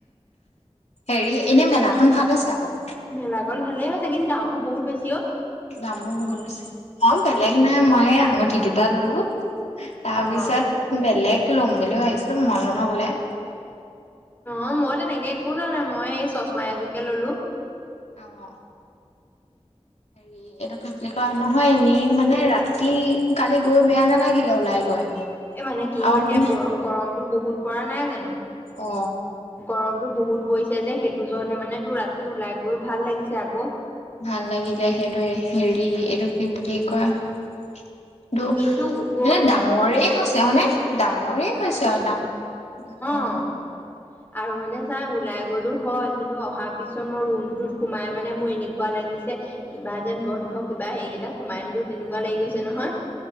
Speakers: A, on the left; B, on the left.
A: হেৰি এনে মেলাখন ভাল আছে আকৌ
B: মেলা গল ভালে হৈছে কিন্তু দাম বো বহুত বেছি অ
A: দাম বোৰ বহুত বেছি অ বেলেগ নাই মই আঙুঠি দুটা ললো তাৰপিছত
B: অ
A: বেলেগ লম বুলিও ভাবিছো মন ন গলে
B: অ মই তেনেকে একো নোৱা নাই মই সেই চশমা এযোকে ললো
A: আহ হেৰি এইটো কি বুলি কয় নহয় এনেই মানে ৰাতি কালি গৈ বেয়া নালাগিলে ওলাই গৈ
B: এ মানে কি
A: আৰু
B: হ'ল এতিয়া
A: মানে
B: গ গৰমতটো বহুত পৰা নাই জানো
A: অ
B: গৰমতটো বহুত পৰিছে যে সেইটো জোৰতে মানে তোৰ ৰাতি ওলাই গৈ ভাল লাগিছে আকৌ।
A: ভাল লাগিলে সেইটোৱে হেৰি এইটো কি বুলি কয় টো
B: কিন্তু গৈ
A: ডাঙৰেই হৈছে হয়নে? ডাঙৰে হৈছে আৰু ডাঙ উম।
B: অ'। আৰু মানে চাই ওলাই গ'লো হয় কিন্তু অহাৰ পিছত মোৰ ৰুমটোত সোমাই মানে মোৰ এনেকুৱা লাগে লিচে কিবা যেন বন্ধ কিবা হেৰি এটা সোমাই দিলো তেনেকুৱা লাগি গৈছে নহয়।